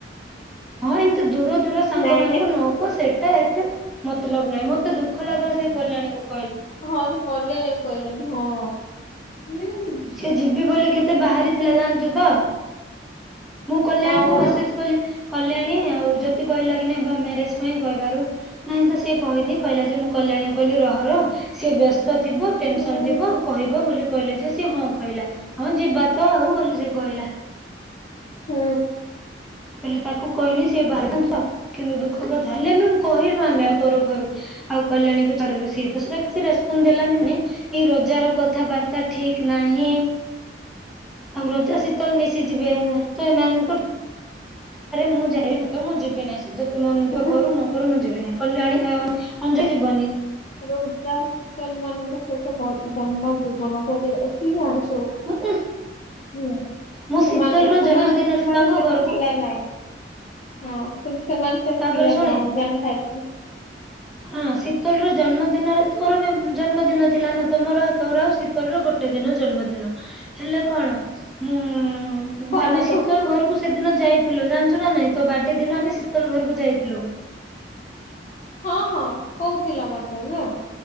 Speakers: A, in the centre; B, on the left.
A: ହଁ ଏମତି ଦୂର ଦୂର ସାଙ୍ଗ
B: ନାଇଁ
A: ମାନଙ୍କୁ
B: ନାଇଁ
A: ନ ଓ ସେଟା ଏତେ ମତ୍ଲବ ନାଇଁ ମତେ ଦୁଃଖ ଲାଗିଲା ସେ କଲ୍ୟାଣୀ କଥା
B: ହଁ ସେ କଲ୍ୟାଣି କୁ କଇଲାଣିି ହଁ ଉଁ
A: ସେ ଯିବି ବୋଲି କେତେ ବାହାରିଥିଲା ଜାଣଚୁ ତ ମୁଁ କଲ୍ୟାଣୀକୁ
B: ହଁ ପରା
A: ମେସେଜ୍ କଲି କଲ୍ୟାଣୀ ଆଉ ଜ୍ୟୋତି କଇଲା କି ନେବ ମ୍ୟାରେଜ ପାଇଁ କହିବାରୁ ନାଇଁ ତ ସିଏ କହିନି କହିଲା ଯେ ମୁଁ କଲ୍ୟାଣୀ କୁ କଇଲି ରହ ରହ ସିଏ ବ୍ୟସ୍ତ ଥିବ ଟେନସନ
B: ହୁଁ
A: ଥିବ କହିବ ବୋଲି କଇଲେ ଯେ ସିଏ ହଁ। କଇଲା ହଁ ଯିବା ତ ଆଉ ବୋଲି ସେ କଇଲା।
B: ହୁଁ।
A: ହେଲେ ତାକୁ କଇନି ସିଏ ବାରି କିନ୍ତୁ ଦୁଃଖ କଥା ହେଲେ ବି ମୁଁ କହିଲୁ ଆମେ ଆଉ ତୋରୋ ଘରୁ ଆଉ କଲ୍ୟାଣୀ କୁ ଛାଡ଼େ ଲୋ ସିଏ ତ ସେଟା କିଛି ରେସପନ୍ ଦେଲାନି ମାନେ ଏଇ ରୋଜାର କଥାବାର୍ତ୍ତା ଠିକ୍ ନାହିଁ ଆଉ ରଜା ସେ ତେଲ୍ ମିଶି ଯିବେ
B: ହୁଁ
A: ତ ଏମାନଙ୍କୁ ମୁଁ ଯାଇପାଇବି ନାଇଁ ତ ମୁଁ ଯିବି ନାଇଁ ଯେତେ ମନଦୁଃଖ
B: ହୁଁ,
A: କରୁ ନ କରୁ ମୁଁ ଯିବି ନେଇ କଲ୍ୟାଣୀ ଅନ୍ ଅଞ୍ଜୟ ଯିବନି।
B: ଯୋଉ ଉଜା କୀର୍ତନୀ ମାନଙ୍କୁ ସହିତ ମଲ ଜମା ଜିବୁନୁ ସିଏ କଇଲା ଏତିକି ଆଣିଛୁ ହୁଁ।
A: ଉଁ ଉଁ ମୁଁ ଶୀତଲ
B: ସମାନଙ୍କ
A: ର
B: ସେମାନେ
A: ଜନ୍ମଦିନରେ ତାଙ୍କ
B: ସେମ୍ତି
A: ଘରକୁ
B: ପିଲା ନାଇଁ ହଁ ସେ-ସେମାନେ ସେ
A: ତାପରେ
B: ପିଲା
A: ଶୁଣେ
B: ନାଇଁ ଜାଣିଥା ଏତିକି।
A: ହଁ ଶୀତଲର ଜନ୍ମଦିନରେ ତୋର ବି ଜନ୍ମଦିନ ଥିଲା ନା ତମର ତୋରୋ ଆଉ ଶୀତଳର ଗୋଟେ ଦିନ ଜନ୍ମଦିନ ହେଲେ କଣ ମୁଁ ଉଁ
B: କଣ
A: ଆମେ ଶୀତଲ
B: ତୁ
A: ଘରୁକୁ ସେଦିନ ଯାଇ। ଥିଲୁ ଜାଣଚୁ ନା ନାଇଁ ତୋ ବାର୍ଡେ ଦିନ ଆମେ ଶୀତଲ ଘରୁକୁ ଯାଇଥିଲୁ।
B: ହଁ ହଁ କୋହୁଥିଲ ମତେ ନା